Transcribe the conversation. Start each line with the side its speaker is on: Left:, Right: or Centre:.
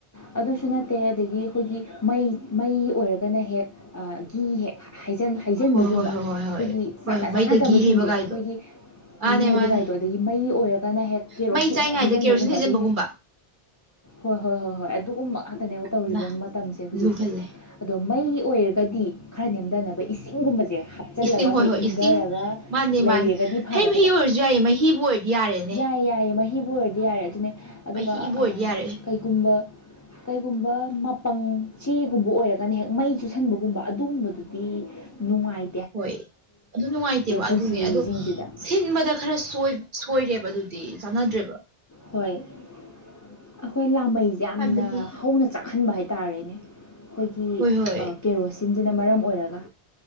Left: ꯑꯗꯨꯁꯨ ꯅꯠꯇꯦ ꯑꯗꯒꯤ ꯑꯩꯈꯣꯏꯒꯤ ꯃꯩ ꯃꯩ ꯑꯣꯏꯔꯒꯅ ꯍꯦꯛ ꯘꯤ ꯍꯦꯛ ꯍꯩꯖꯤꯟꯕꯒꯨꯝꯕ
Right: ꯍꯣꯏ ꯍꯣꯏ
Left: ꯑꯩꯈꯣꯏꯒꯤ
Right: ꯍꯣꯏ ꯍꯣꯏ ꯍꯣꯏ ꯍꯣꯏ
Left: ꯆꯥꯟꯅ
Right: ꯍꯣꯏ ꯃꯩꯗ
Left: ꯆꯥꯟꯅꯗꯕꯁꯤꯡꯁꯦ
Right: ꯘꯤ ꯍꯩꯕꯒꯥꯏꯗꯣ
Left: ꯑꯩꯈꯣꯏꯒꯤ
Right: ꯃꯥꯅꯦ
Left: ꯒꯤ ꯍꯩꯕ
Right: ꯃꯥꯅꯦ
Left: ꯀꯥꯏꯗꯣ ꯑꯗꯒꯤ ꯃꯩ ꯑꯣꯏꯔꯒꯅ ꯍꯦꯛ ꯀꯦꯔꯣ
Right: ꯃꯩ
Left: ꯁꯤꯅ
Right: ꯆꯥꯏꯉꯥꯏꯗ
Left: ꯍꯦꯛ ꯍꯩꯖꯤꯟꯕꯒꯨꯝ
Right: ꯀꯦꯔꯣꯁꯤꯟ
Left: ꯨꯝꯗꯤ
Right: ꯍꯩꯖꯤꯟꯕꯒꯨꯝꯕ
Left: ꯍꯣꯏ ꯍꯣꯏ ꯍꯣꯏ ꯍꯣꯏ ꯉꯅꯦ ꯇꯧ
Right: ꯅ
Left: ꯃꯇꯝꯦ ꯍꯧꯦ
Right: ꯂꯨꯍꯜꯂꯦ
Left: ꯑ ꯃꯩ ꯑꯣꯏꯔꯒꯗꯤ ꯈꯔ ꯅꯦꯝꯊꯅꯕ ꯏꯁꯤꯡꯒꯨꯝꯕꯁꯦ ꯍꯥꯞꯆꯤꯜꯂꯒ
Right: ꯏꯁꯤꯡ
Left: ꯑꯩꯈꯣꯏ
Right: ꯍꯣꯏ ꯍꯣꯏ
Left: ꯏꯪꯊꯔꯒ
Right: ꯏꯁꯤꯡ ꯃꯥꯅꯦ ꯃꯥꯅꯦ
Left: ꯂꯩꯔꯒꯗꯤ ꯐꯒꯗꯕ
Right: ꯍꯩ ꯃꯍꯤ ꯑꯣꯏꯔꯁꯨ ꯌꯥꯏꯌꯦ ꯃꯍꯤꯕꯨ ꯑꯣꯏꯔꯗꯤ ꯌꯥꯔꯦꯅꯦ
Left: ꯌꯥꯌꯦ ꯌꯥꯏꯌꯦ ꯃꯍꯤꯕꯨ ꯑꯣꯏꯔꯗꯤ ꯌꯥꯔꯦ ꯑꯗꯨꯅꯦ ꯑꯗꯨꯒ
Right: ꯃꯍꯤꯕꯨ ꯑꯣꯏꯔꯗꯤ ꯌꯥꯔꯦ
Left: ꯀꯩꯒꯨꯝꯕ ꯀꯩꯒꯨꯝꯕ ꯃꯄꯪ ꯆꯦꯒꯨꯝꯕ ꯑꯣꯏꯔꯒꯅ ꯍꯦꯛ ꯃꯩ ꯆꯨꯁꯟꯕꯒꯨꯝꯕ ꯑꯗꯨꯒꯨꯝꯕꯗꯨꯗꯤ ꯅꯨꯡꯉꯥꯏ
Right: ꯍꯣꯏ ꯑꯗꯨ ꯅꯨꯡꯉꯥꯏꯇꯦꯕ
Left: ꯄꯨꯟꯁꯤꯁꯤꯡꯁꯤꯗ
Right: ꯑꯗꯨꯅꯦ ꯑꯗꯣ ꯁꯤꯟꯕꯗ ꯈꯔ ꯁꯣꯏꯔꯦꯕ ꯑꯗꯨꯗꯤ ꯆꯥꯟꯅꯗ꯭ꯔꯦꯕ
Left: ꯍꯣꯏ ꯑꯩꯈꯣꯏ ꯂꯥꯃꯩꯁꯦ ꯌꯥꯝꯅ
Right: ꯍꯥꯏꯕꯗꯤ
Left: ꯍꯧꯅ ꯆꯥꯛ ꯈꯟꯕ ꯍꯥꯏꯇꯥꯔꯦꯅꯦ ꯑꯩꯈꯣꯏꯒꯤ
Right: ꯍꯣꯏ ꯍꯣꯏ
Left: ꯀꯦꯔꯣꯁꯤꯟꯁꯤꯅ ꯃꯔꯝ ꯑꯣꯏꯔꯒ